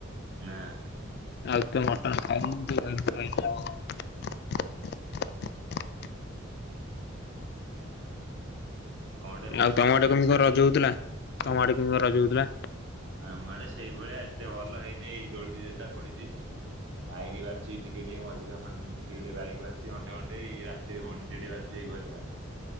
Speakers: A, on the right; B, on the left.
A: ନା।
B: ଆଉ ଏତେ ମଟନ୍ ଖାଇବୁନୁ <unintelligible>
A: କଣ ଗୋଟେ ଏମିତି
B: ଆଉ
A: ସାଉଣ୍ଡ
B: ତମ ଆଡେ
A: ଶୁଭୁଛି
B: କେମିତି କଣ
A: ଗୋଟେ
B: ରଜ ହଉଥିଲା। ତମ ଆଡେ କେମିତିକା ରଜ ହୋଉଥିଲା?
A: ଆମଆଡେ ସେଇଭଳିଆ ଏତେ ଭଲ ହେଇନି ଏଇ ଦୋଳିି ଦି ଚାରିଟା ପଡିଛି ମାଇକି ବାଜୁଛି ଟିକେ ଟିକେ ମଝିରେ ହନ୍ ଟିକେ ଟିକେ ବାଇକ୍ ବାଜିଛି ଘଣ୍ଟେ ଘଣ୍ଟେ ଏଇ ରାତିରେ ଘଣ୍ଟିଟି ବାଜୁଛି ଏଇଭଳିଆ।